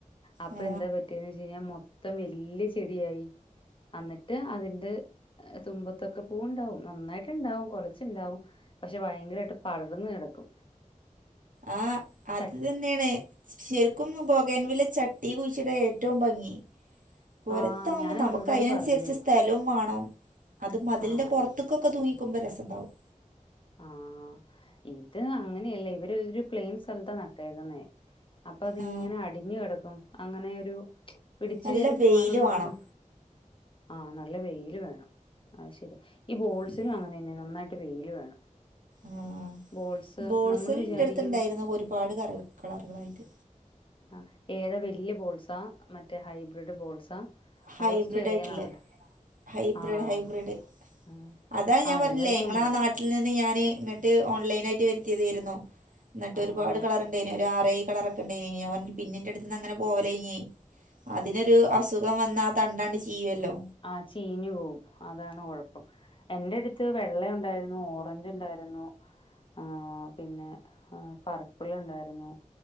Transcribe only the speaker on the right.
ആ
ആഹ് അത്
തന്നെ എന്നന്നെയാണ് ശരിക്കും ബൊഗേൻ വില്ല ചട്ടി കുഴിച്ചിട ഏറ്റവും ഭംഗി പുറത്താവുമ്പോ
നമുക്ക്
അതിനനുസരിച്ച്
സ്ഥലവും വേണം അത് മതിലിന്റെ
പുറത്തൊക്കെ
തൂങ്ങിക്കുമ്പോ രസണ്ടാവും
ആ,
നല്ല
വെയിൽ
വേണം
ഉം.
ആഹ്
ബോൾസൽൻ്റെട്ത്ത്ണ്ടായിര്ന്നു
ഒരുപാട് കരൾ കളറുകളായിട്ട്.
ഹൈബ്രിഡ്
അയിട്ട്ല്ലേ
ഹൈബ്രേഡ്
ഹൈബ്രിഡ്
അതാ ഞാൻ
പറഞ്ഞില്ലേ
ഞങ്ങളാന്നാട്ട്
ട്ടിൽ നിന്ന് ഞാന് ഇങ്ങട്ട് ഓൺലൈനായിട്ട് വരുത്തിയതെര്ന്നു ന്ന്ട്ട്
ഒരുപാട് കളറുണ്ടായിന് ഒരാറേഴ് കളറൊക്കെണ്ടെയിന് ഞാൻ പർഞ്ഞു പിന്നെന്റെടുത്ത്ന്നങ്ങനെ പോവലെയ്നി. അതിനൊരു അസുഖം വന്നാ ആഹ് തണ്ടാണ്ട് ചീയ്യെല്ലോ